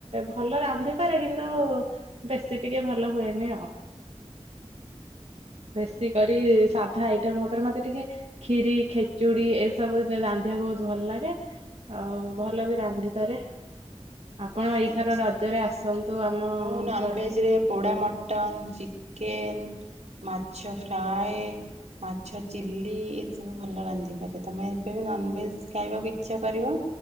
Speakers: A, on the right; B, on the right.
A: ଭଲ ରାନ୍ଧିପାରେ କିନ୍ତୁ ବେଶୀ ଟିକେ ଭଲ ହୁଏନି ଆଉ। ବେଶୀ କରି ସାଧା ଆଇଟମ୍ ଉପରେ ମତେ ଟିକେ କ୍ଷୀରି ଖେଚୁଡ଼ି ଏସବୁ ରାନ୍ଧିବାକୁ ବୋହୁତ୍ ଭଲ ଲାଗେ। ଆଉ ଭଲ ବି ରାନ୍ଧିପାରେ। ଆପଣ ଏଇ
B: ଆଚ୍ଛା।
A: ଥର ରଜରେ ଆସନ୍ତୁ ଆମ
B: ମୁଁ ନନଭେଜରେ
A: ଘରକୁ।
B: ପୋଡ଼ା ମଟନ୍ ଚିକେନ୍ ମାଛ ଫ୍ରାଏ। ମାଛ ଚିଲି ଏସବୁ ଭଲ ରାନ୍ଧିପାରେ ତମେ ଏବେ ବି ନନ୍ଭେଭେଜ୍ ଖାଇବାକୁ ଇଚ୍ଛା କରିବ